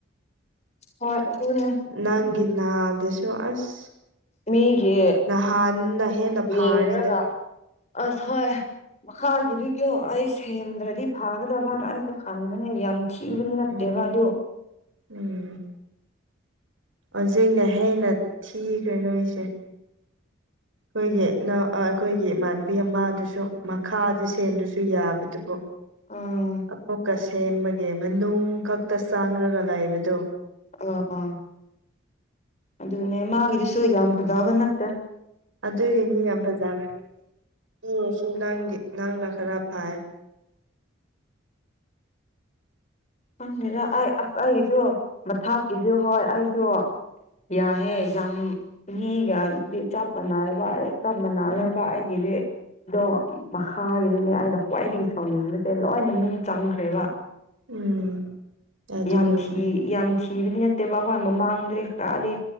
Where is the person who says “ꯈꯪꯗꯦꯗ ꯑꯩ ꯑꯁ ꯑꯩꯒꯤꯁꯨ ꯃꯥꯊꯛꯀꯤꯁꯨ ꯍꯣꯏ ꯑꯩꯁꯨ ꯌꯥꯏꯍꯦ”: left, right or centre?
Left